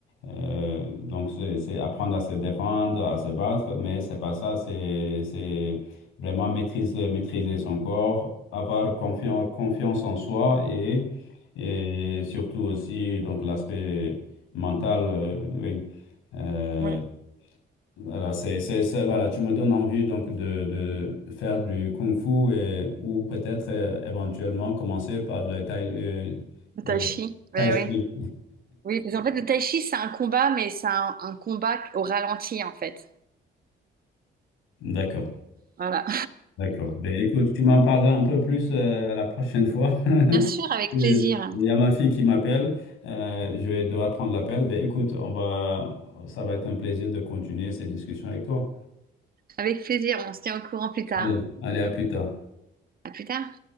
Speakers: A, on the left; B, on the right.
A: euh, donc c'est c'est apprendre à se défendre, à se battre, mais c'est pas ça. C'est c'est vraiment maîtriser, maîtriser son corps, avoir confiance, confiance en soi et, et surtout aussi donc l'aspect mental, euh, oui. Euh,
B: Oui.
A: voilà, c'est, c'est, c'est- voilà, tu me donnes envie donc de, de faire du kung fu et, ou peut-être euh, éventuellement commencer par le tai, euh,
B: Le
A: le
B: tai chi.
A: tai
B: Oui,
A: chi.
B: oui. Oui, parce qu'en fait, le tai chi, c'est un combat, mais c'est un un combat au ralenti, en fait.
A: D'accord,
B: Voilà.
A: d'accord. Ben écoute, tu m'en parles un peu plus euh, la prochaine fois. <laughs>
B: Bien sûr, avec
A: Il
B: plaisir.
A: y a ma fille qui m'appelle. Euh, je vais devoir prendre l'appel. Ben écoute, on va, ça va être un plaisir de continuer cette discussion avec toi.
B: Avec plaisir, on se tient au courant plus tard.
A: Allez, allez, à plus tard.
B: À plus tard.